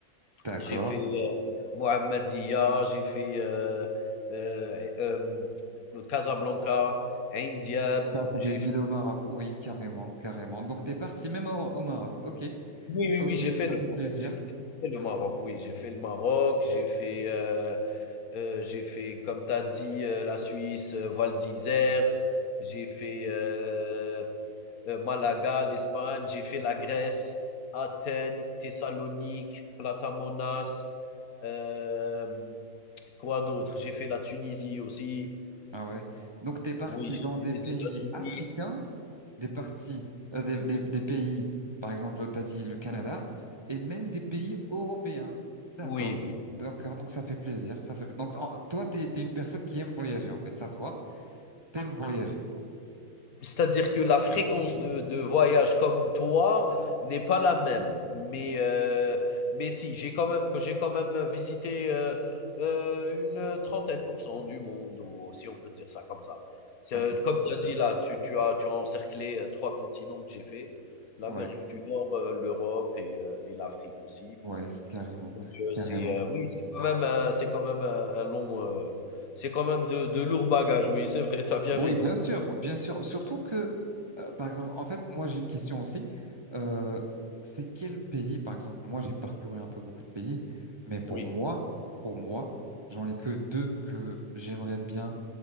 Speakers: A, on the right; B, on the left.
A: d'accord.
B: J'ai fait, heu, Mohammedia, j'ai fait, heu heu, et euh, Casablanca, Ain
A: Ça, c'est
B: j'ai
A: des villes au Maroc. Oui, carrément, carrément. Donc, t'es parti même au, au Maroc. Ok,
B: Oui, oui,
A: ok,
B: oui, j'ai fait
A: ça
B: le
A: fait
B: Maroc.
A: plaisir.
B: J'ai j'ai fait le Maroc, oui, j'ai fait le Maroc, j'ai fait, heu heu, j'ai fait, comme tu as dit, heu, la Suisse, heu, Val d'Isère, j'ai fait, heu heu, Malaga, l'Espagne, j'ai fait la Grèce, Athènes, Thessalonique, Platamonas, hem, quoi d'autre? J'ai fait la Tunisie aussi.
A: Ah ouais. Donc t'es parti
B: Oui, j'ai
A: dans des
B: fait les
A: pays
B: États-Unis.
A: africains, des parties, euh, des, des- des pays, par exemple, t'as dit le Canada, et même des pays européens. D'accord.
B: Oui, oui.
A: D'accord, donc ça fait plaisir. Ça fait... Donc en- toi, t'es, t'es une personne qui aime voyager, en fait. Ça se voit. T'aimes voyager.
B: C'est-à-dire que la fréquence de, de voyage comme toi n'est pas la même. Mais, euh, mais si, j'ai quand même, que j'ai quand même visité euh, euh, une trentaine pour cent du monde, ou si on peut dire ça comme ça. C'est-
A: Ça fait...
B: Comme tu as dit là, tu, tu as, tu as encerclé euh, trois continents que j'ai fait, l'Amérique
A: Ouais,
B: du Nord, euh, l'Europe et, euh, et l'Afrique aussi.
A: ouais, c'est carrément.
B: Donc euh,
A: Carrément.
B: c'est euh, oui, c'est quand même un, c'est quand même un, un long, euh, c'est quand même de, de lourds bagages. Oui, c'est vrai, tu as bien
A: Oui,
B: raison.
A: bien sûr, bien sûr. Surtout que, euh, par exemple, en fait, moi j'ai une question aussi. Euh, c'est quel pays, par exemple, moi j'ai parcouru un peu beaucoup de pays, mais pour
B: Oui,
A: moi, pour moi, j'en ai que deux que j'aimerais bien.